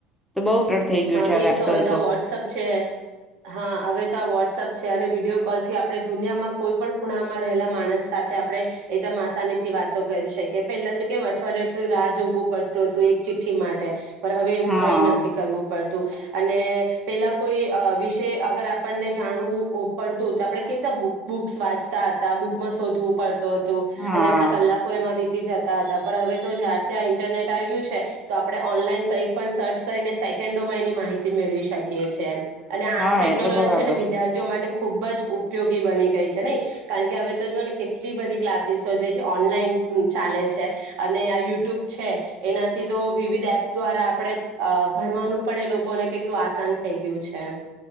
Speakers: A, in the centre; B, on the right.
A: તો બઉ સરળ થઈ ગયું
B: હા
A: છે
B: એજ
A: આજકાલ
B: તો હવે તો આ વોટ્સઅપ છે હા હવે તો આ વોટ્સઅપ છે અને વિડીયો કોલ થી આપણે દુનિયામાં કોઈ પણ ખૂણામાં રહેલા માણસ સાથે આપણે એકદમ આસાની થી વાતો કરી શકીએ પેલા તો કેમ અઠવાડયે અઠવાડય રાહ જોવું પડતું હતું એક ચિઠ્ઠી માટે. પણ હવે એવું
A: હા,
B: કઈ જ નથી કરવું. અને પેલા કોઈ વિષય અગર આપણને જાણવું પડતું તો આપણે કેટલા બુક્ વાંચતા હતા બુકમાં શોધવું પડું હતું
A: હા,
B: અને આપણા કલાકો એમાં જતા હતા હવે તો જ્યારથી આ ઇન્ટરનેટ આવ્યું છે તો આપણે ઓનલાઈન કઈ પણ સર્ચ કરીને ડોમાં ની માહિતી મેળવી શકીએ છીએ. અને આ
A: હા
B: ટેકનોલોજી
A: એ તો બરાબર.
B: છે ને વિદ્યાર્થીઓ માટે ખૂબ જ ઉપયોગી બની ગઈ છે. નહી કારણ કે હવે તો જોઓ ને કેટલી બધી ક્લાસીસો છે ઓનલાઈન ચાલે છે અને આ યુટ્યુબ છે એનાથી તો વિવિધ એપ્સ દ્વારા આપણે ભણવાનું પણ એ લોકોને કેટલું આસાન થઈ ગયું છે.